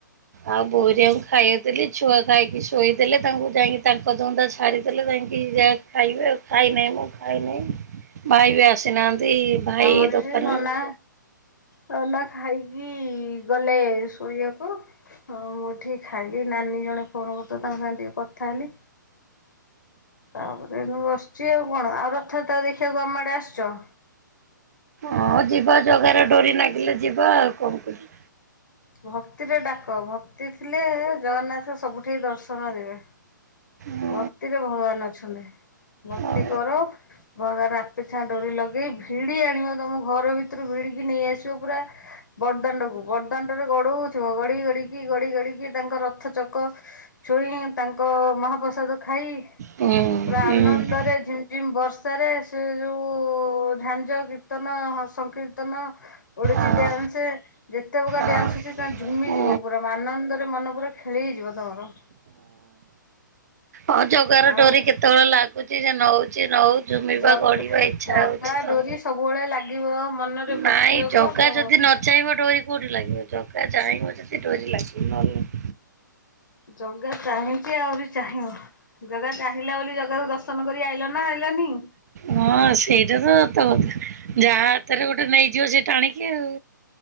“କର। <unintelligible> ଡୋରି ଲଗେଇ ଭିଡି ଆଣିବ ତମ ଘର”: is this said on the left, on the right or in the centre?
Left